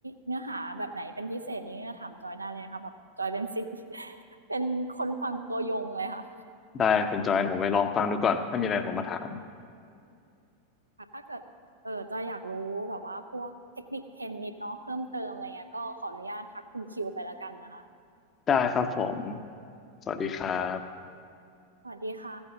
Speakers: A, on the right (about 85°); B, on the left (about 25°).
A: เนื้อหาแบบไหนเป็นพิเศษนี้ก็ถามจอยได้เลยค่ะแบบจอยเป็นสิษย์ <laughs> เป็นคนฟังตัวยงเลยค่ะ
B: ได้คุณจอยเดี๋ยวผมไปลองฟังดูก่อนถ้ามีอะไรผมมาถาม
A: ถ้าเกิดเออจอยอยากรู้แบบว่าพวกเทคนิคเทนนิดเนาะเพิ่มเติมอะไรเงี้ยก็ขออนุญาตทักคุณคิวไปแล้วกันนะคะ
B: ได้ครับผมสวัสดีครับ
A: สวัสดีค่ะ